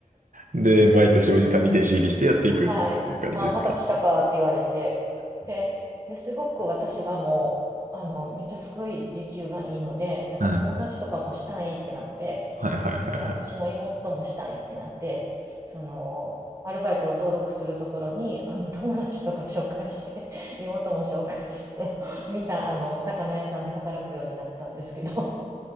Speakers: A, on the right; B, on the right.
A: で、毎年おじさんに弟子入りしてやっていくっていう感じですか。
B: はい。あ、また来たかって言われて。で、で、すごく私がもう、あの、めっちゃすごい時給がいいので、なんか友達とかもしたいってなって、
A: はい。はいはいはいは
B: で、私の妹もしたいってなって、その、アルバイトを登録するところに、あの、友達とか紹介して、<laughs> 妹も紹介して、みんな、あの、魚屋さんで働くようになったんですけど、<laughs>